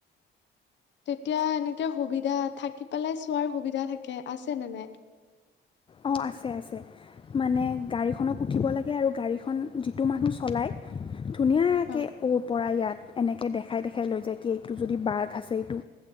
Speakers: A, on the left; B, on the left.
A: তেতিয়া এনেকে সুবিধ ত্যা থাকি পেলাই চোৱাৰ সুবিধা থাকে আছে নে নাই
B: অঁ আছে আছে মানে গাড়ীখনত উঠিব লাগে আৰু গাড়ীখন যিটো মানুহ চলায় ধুনীয়াকে
A: অ
B: ও পৰা ইয়াত এনেকৈ দেখাই দেখাই লৈ যায় কি এইটো যদি বাঘ আছে এইটো